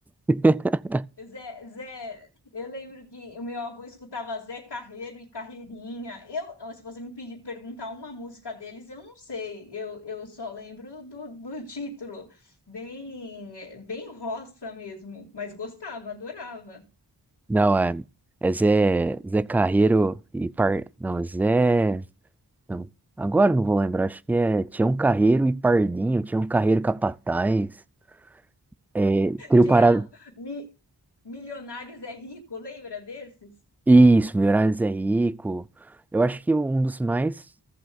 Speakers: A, in the centre; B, on the left.
A: <laughs>
B: Zé, Zé, eu lembro que o meu avô escutava Zé Carreiro e Carreirinha. Eu, se você me pedir perguntar uma música deles, eu não sei. Eu, eu só lembro do, do título, bem, bem roça mesmo, mas gostava, adorava.
A: Não, é, é Zé, Zé Carreiro e Par... Não, Zé... Não, agora eu não vou lembrar. Acho que é Tião Carreiro e Pardinho, Tião Carreiro Capataz. é, Trio
B: Tinha
A: Parado...
B: Mi- Milionários é Rico, lembra desses?
A: Isso, Milionários é Rico. Eu acho que um dos mais...